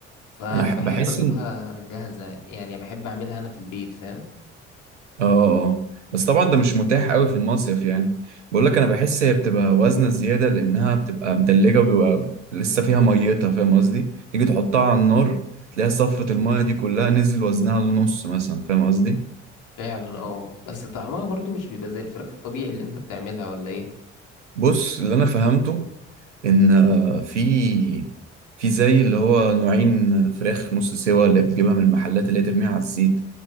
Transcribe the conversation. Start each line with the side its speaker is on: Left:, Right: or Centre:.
Left: فأنا
Right: انا ح-
Left: بحب
Right: بحس
Left: أجيبها
Right: ان
Left: جاهزة يعني يعني بحب أعملها أنا في البيت فاهم
Right: اه آه. بس طبعا ده مش متاح قوي في المصيف يعني بقول لك انا بحس هي بتبقى وزنه زياده لانها بتبقى متلجه وبيبقى لسه فيها ميتها فاهم قصدي تيجي تحطها على النار تلاقيها صفت المايه دي كلها نزل وزنها للنص مثلا فاهم قصدي
Left: فعلا اه بس طعمها برضو مش بيبقى زي الفراخ الطبيعي اللي انت بتعملها ولا ايه
Right: بص اللي انا فهمته ان آه، في في زي اللي هو نوعين فراخ نص سوا اللي بتجيبها من المحلات اللي هي ترميها على الزيت